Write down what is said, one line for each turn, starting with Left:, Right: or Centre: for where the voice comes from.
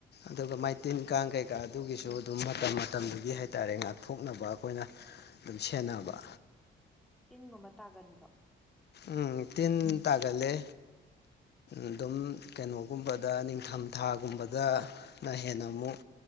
Left: ꯑꯗꯨꯒ ꯃꯥꯏꯇꯤꯟ
Centre: ꯎꯝ
Left: ꯀꯥꯡ ꯀꯩꯀꯥ ꯑꯗꯨꯒꯤꯁꯨ ꯁꯨ ꯑꯗꯨꯝ ꯃꯇꯝ ꯃꯇꯝꯗꯨꯒꯤ ꯍꯥꯏꯇꯥꯔꯦ ꯉꯥꯛꯊꯣꯛꯅꯕ ꯑꯩꯈꯣꯏꯅ ꯑꯗꯨꯝ ꯁꯦꯟꯅꯕ
Centre: ꯎꯝ ꯇꯤꯟꯒꯨꯝꯕ ꯇꯥꯒꯟꯕ꯭ꯔꯣ
Left: ꯎꯝ ꯇꯤꯟ ꯇꯥꯒꯜꯂꯦ ꯑꯗꯨꯝ ꯀꯩꯅꯣꯒꯨꯝꯕꯗ ꯅꯤꯡꯊꯝꯊꯥꯒꯨꯝꯕꯗꯅ ꯍꯦꯟꯅ ꯑꯃꯨꯛ